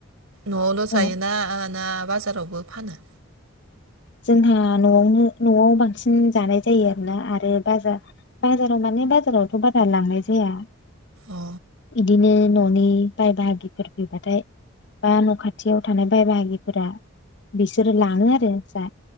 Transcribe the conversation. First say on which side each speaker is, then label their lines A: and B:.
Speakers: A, on the right (about 90°); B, on the left (about 55°).
A: न'आवल'
B: औ
A: जायोना ना बाजारावबो फानो?
B: जोंहा न'आवनो न'आव बांसिन जानाय जायो आरोना आरो बाजार बाजाराव माने बाजारावथ' बारा लांनाय जाया।
A: अ
B: इदिनो न'नि बाय बाहागिफोर फैबाथाय बा न' खाथियाव थानाय बाय बाहागिफोरा बिसोरो लाङो आरो जा